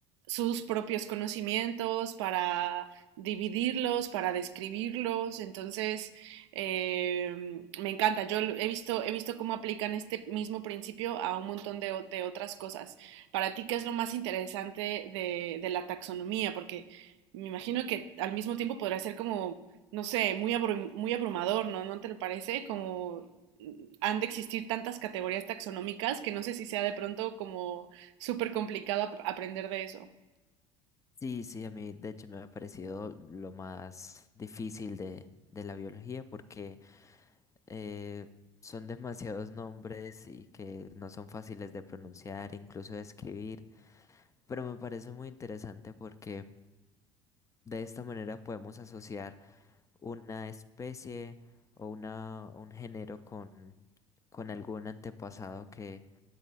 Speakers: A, on the right; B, on the left.
A: sus propios conocimientos, para dividirlos, para describirlos, entonces... Eh, me encanta, yo he visto, he visto cómo aplican este mismo principio a un montón de, de otras cosas. Para ti, ¿qué es lo más interesante de, de la taxonomía? Porque me imagino que al mismo tiempo podrá ser como, no sé, muy, abru- muy abrumador, ¿no? ¿No te lo parece? Como mm, han de existir tantas categorías taxonómicas que no sé si sea de pronto como súper complicado ap- aprender de eso.
B: Sí, sí, a mí de hecho me ha parecido lo más difícil de, de la biología porque eh, son demasiados nombres y que no son fáciles de pronunciar, incluso de escribir. Pero me parece muy interesante porque de esta manera podemos asociar una especie o una, o un género con, con algún antepasado que,